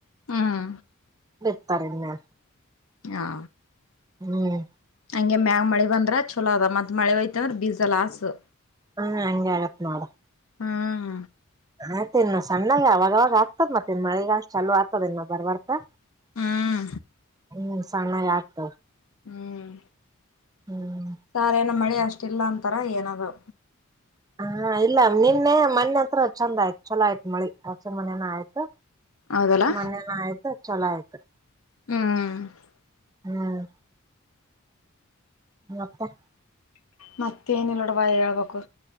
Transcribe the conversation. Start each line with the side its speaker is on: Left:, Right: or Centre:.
Left: ಹ್ಮ್
Right: ಬಿತ್ತರಿನ್ಯ.
Left: ಹಾ
Right: ಹ್ಮ್
Left: ಹಂಗೆ ಮ್ಯಾಗ್ ಮಳಿ ಬಂದ್ರೆ ಚಲೋದ ಮತ್ತ ಮಳೆ ಹೊಯ್ತು ಅಂದ್ರ ಬೀಜ ಲಾಸ್ಸು.
Right: ಹಾ ಹಂಗೆ ಆಗತ್ ನೋಡು.
Left: ಹ್ಮ್
Right: ಆತ್ ಇನ್ನು ಸಣ್ಣಾಗೆ ಅವಾಗವಾಗ ಆಗ್ತದ್ ಮತ್ತೆ ಇನ್ ಮಳಿಗ್ ಅತ್ ಚಲೋ ಆಗ್ತದ್ ಇನ್ನು ಬರ್ಬರ್ತಾ.
Left: ಹ್ಮುಂ
Right: ಹ ಸಣ್ಣ ಆಗತ
Left: ಹ್ಮ್
Right: ಹ್ಮ್
Left: ಸಾರ್ ಏನ ಮಳ ಅಷ್ಟ ಇಲ್ಲ ಅಂತಾರ ಏನದಾವ
Right: ಹಾ ಇಲ್ಲ ನಿನ್ನೆ ಮನೆ ಹತ್ರ ಚಂದ ಆಯ್ತ ಚಲೋ ಆಯ್ತತ್ ಮಳಿ ಆಚೆ ಮನೇನ ಆಯ್ತು.
Left: ಹೌದಲ್ಲ
Right: ಮೊನ್ನೆನ ಆಯ್ತು ಚಲೋ ಆಯ್ತು.
Left: ಹ್ಮ್
Right: ಹ್ಮ್ ಮತ್ತೆ <unintelligible>
Left: ಮತ್ತ ಏನಿಲ್ಲ ನೋಡವ ಹೇಳ್ಬೇಕು